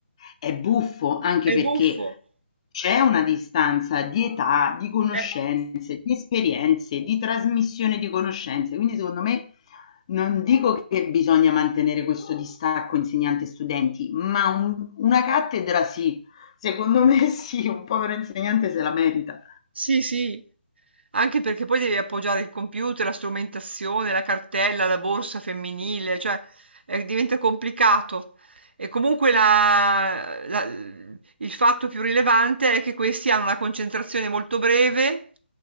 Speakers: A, on the left (about 30°); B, on the right (about 65°).
A: è buffo anche
B: è
A: perché
B: buffo.
A: C'è una distanza di età, di conoscenze,
B: Eh,
A: di esperienze, di trasmissione di conoscenze, quindi secondo me non dico che bisogna mantenere questo distacco insegnante-studenti, ma un- una cattedra sì, secondo me sì, un povero insegnante se la merita.
B: sì, sì, anche perché poi devi appoggiare il computer, la strumentazione, la cartella, la borsa femminile, cioè eh, diventa complicato. E comunque la- la- il fatto più rilevante è che questi hanno una concentrazione molto breve